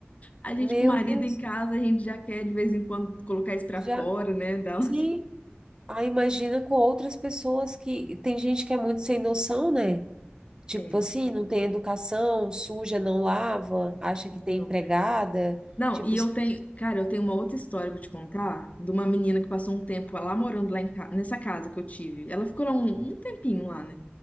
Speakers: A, on the left; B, on the right.
A: a gente
B: Meu
A: com o marido
B: Deus,
A: em casa, a gente já quer de vez em quando colocar isso pra
B: já,
A: fora, né? <laughs> Dar
B: sim.
A: um-
B: Aí imagina com outras pessoas que tem gente que é muito sem noção, né? Tipo
A: É,
B: assim, não tem educação, suja, não lava, acha
A: não.
B: que tem empregada.
A: Não,
B: Tipo,
A: e eu
B: assim,
A: tenho, cara, eu tenho uma outra história pra te contar de uma menina que passou um tempo lá morando lá em ca- nessa casa que eu tive. Ela ficou lá um, um tempinho lá, né?